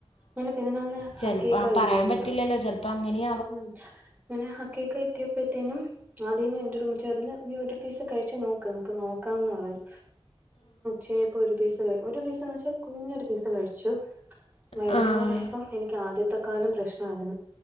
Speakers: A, on the right; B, on the left.
A: <unintelligible> അങ്ങനെ പെരുന്നൾന് ഹക്കീക്ക
B: ചിലപ്പോൾ
A: കിട്ടിയായിരുന്നു
B: പറയാൻ പറ്റില്ലല്ലോ ചിലപ്പോൾ അങ്ങനെ
A: അങ്ങനെ ഹക്കിക്ക കിട്ടിയപ്പോഴത്തേനും ആദ്യമന്ന് എന്റെ മ്മച്ചി പറഞ്ഞു നീ ഒരു പീസ് കഴിച്ചു നോക്ക് നമുക്ക് നോക്കാന്ന് പറഞ്ഞു ചേപ്പോ ഒരു പീസ് ഒരു പീസ്ന്ന് വെച്ചാൽ കുഞ്ഞൊരു പീസ് കഴിച്ചു വൈകുന്നേരം
B: ആവാം
A: ആയപ്പോ എനിക്ക് ആദ്യത്തെ കാലം പ്രശ്ണായിരുന്നു